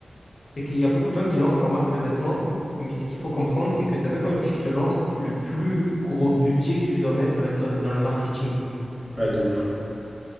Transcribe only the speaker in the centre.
ouais, de ouf.